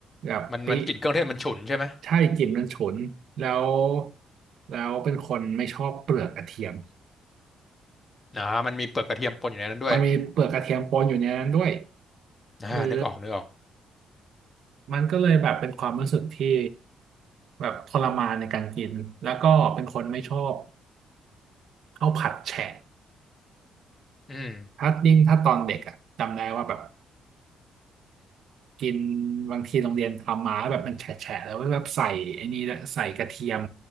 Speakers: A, on the right (about 70°); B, on the left (about 30°).
A: แบบปิ
B: มันมันกลิ่นเครื่องเทศมันฉุนใช่ไหม
A: ใช่กลิ่นมันฉุนแล้วแล้วเป็นคนไม่ชอบเปลือกกระเทียม
B: อ่ามันมีเปลือกกระเทียมปนอยู่ในนั้นด้วย
A: มันมีเปลือกกระเทียมปนอยู่ในนั้นด้วย
B: อ่านึกออกนึกออก
A: หรือมันก็เลยแบบเป็นความรู้สึกที่แบบทรมานในการกินแล้วก็เป็นคนไม่ชอบข้าวผัดแฉะ
B: อืม
A: ถ้ายิ่งถ้าตอนเด็กอะจำได้ว่าแบบ กินบางทีโรงเรียนทำมาแบบมันแฉะๆแล้วก็แบบใส่ไอ้นี่ด้วยใส่กระเทียม